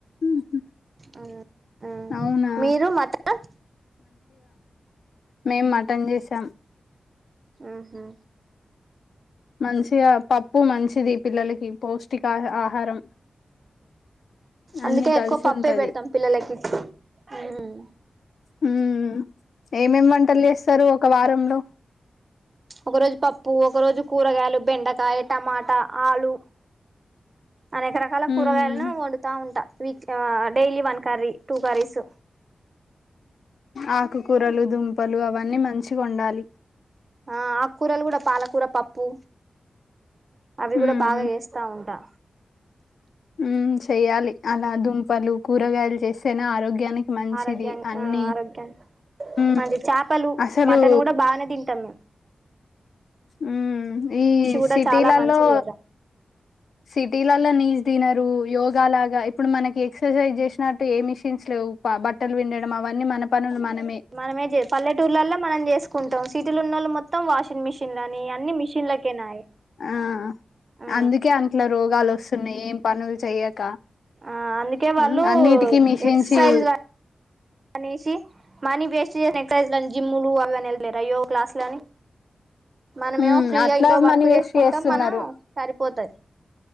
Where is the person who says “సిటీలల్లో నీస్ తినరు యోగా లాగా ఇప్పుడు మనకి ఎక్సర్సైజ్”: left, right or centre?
Left